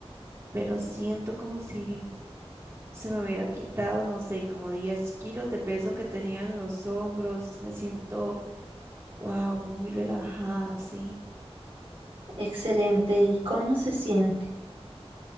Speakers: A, on the right; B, on the right.
A: pero siento como si Se me hubiera quitado, no sé, como 10 kilos de peso que tenía en los hombros. Me siento, wow, muy relajada, sí.
B: Excelente. ¿Y cómo se siente?